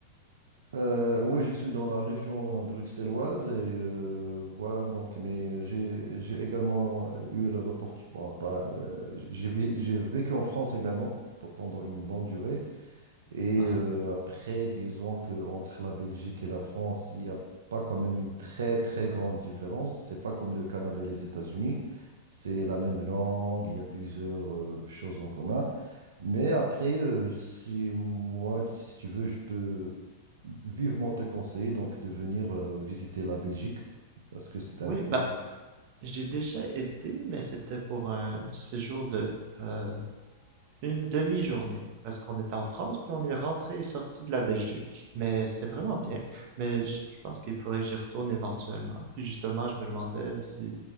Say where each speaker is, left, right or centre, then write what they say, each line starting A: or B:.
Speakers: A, on the right; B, on the right.
A: Euh, ouais, je suis dans la région euh, bruxelloise et euh, voilà donc. Mais euh, j'ai j'ai également euh, eu la- l'opportunité. Bon, pas. euh, j'ai j'ai vécu en France également pe- pendant une bonne durée. Et
B: Ah,
A: euh, après, disons que entre la Belgique et la France, il n'y a pas quand même une très très grande différence. C'est pas comme le Canada et les États-Unis. C'est la même langue, il y a plusieurs euh, choses en commun. Mais après, euh, si moi, si tu veux, je peux vivement te conseiller donc de venir euh, visiter la Belgique parce que c'est un
B: oui,
A: pays.
B: bah, j'ai déjà été, mais c'était pour un séjour de euh, une demi-journée, parce qu'on était en France, puis on est rentré et sorti de la Belgique. Mais c'était vraiment bien, mais je, je pense qu'il faudrait que j'y retourne éventuellement. Puis justement, je me demandais si,